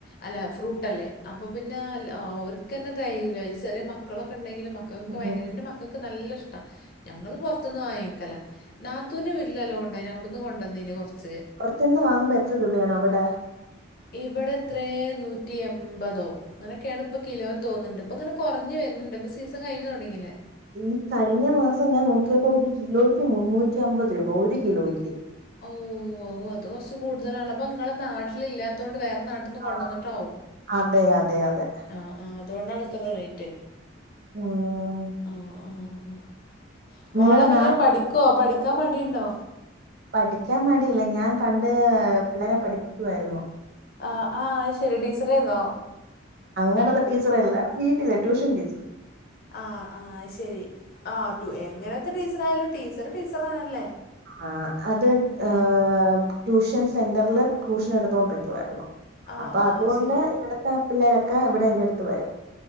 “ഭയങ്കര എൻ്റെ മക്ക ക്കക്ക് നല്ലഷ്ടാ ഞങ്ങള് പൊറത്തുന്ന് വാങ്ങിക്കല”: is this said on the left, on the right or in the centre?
Left